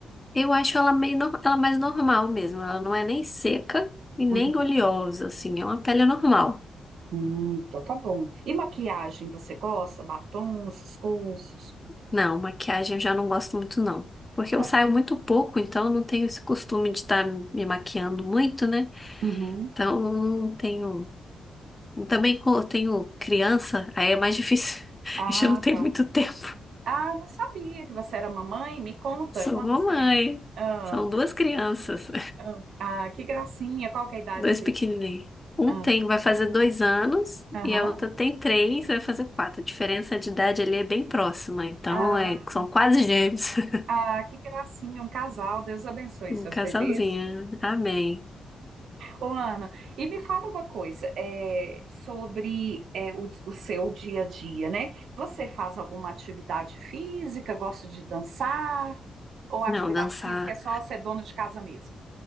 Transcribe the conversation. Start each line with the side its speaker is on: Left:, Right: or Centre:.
Left: Eu acho ela meio, nor- ela mais normal mesmo. Ela não é nem seca e nem
Right: Uhum.
Left: oleosa, assim. É uma pele normal.
Right: Hum, então tá bom. E maquiagem, você gosta? Batom, essas coisas?
Left: Não, maquiagem eu já não gosto muito, não. Porque
Right: Tá
Left: eu saio
Right: bom.
Left: muito pouco, então eu não tenho esse costume de estar me maquiando muito, né?
Right: Uhum.
Left: Então, não tenho. Também co- eu tenho criança, aí é mais difícil. <laughs>
Right: Ah,
Left: A gente não tem
Right: tá.
Left: muito tempo.
Right: Ah, não sabia que você era mamãe. Me conta
Left: Sou
Right: quantas
Left: mamãe.
Right: crianças. Ah,
Left: São duas crianças.
Right: ah, ah, que gracinha. Qual que é a idade
Left: Dois
Right: dele?
Left: pequenininhos. Um
Right: Ah,
Left: tem, vai fazer dois anos
Right: aham.
Left: e a outra tem três, vai fazer quatro. A diferença de idade ali é bem próxima, então
Right: Ah,
Left: é, são quase gêmeos. <laughs>
Right: ah, que gracinha. Um casal. Deus abençoe
Left: Um
Right: seus
Left: casalzinho.
Right: bebês.
Left: Amém.
Right: Ô, Ana, e me fala uma coisa é, sobre é, o, o seu dia a dia, né? Você faz alguma atividade física? Gosta de dançar? Ou a
Left: Não,
Right: atividade
Left: dançar.
Right: física é só ser dona de casa mesmo?